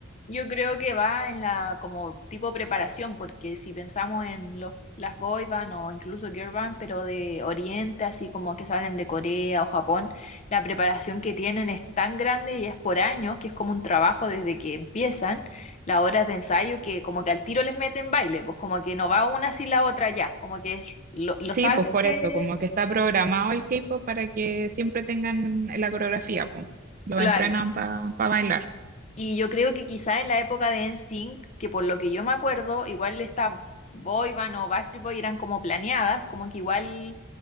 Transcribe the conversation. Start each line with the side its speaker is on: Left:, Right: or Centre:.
Left: Yo creo que va en la como tipo preparación, porque si pensamos en los, las boy band o incluso girl band, pero de Oriente, así como que salen de Corea o Japón, la preparación que tienen es tan grande y es por años, que es como un trabajo desde que empiezan las horas de ensayo, que como que al tiro les meten baile, pues como que no va una sin la otra ya, como que es- lo, lo
Right: Sí,
Left: saben
Right: pues por
Left: que...
Right: eso, como que está programado el K-pop para que siempre tengan la coreografía, pues. Lo
Left: Claro,
Right: entrenan para bailar.
Left: Y yo creo que quizá en la época de NSYNC, que por lo que yo me acuerdo, igual esta boy band o Backstreet Boy eran como planeadas, como que igual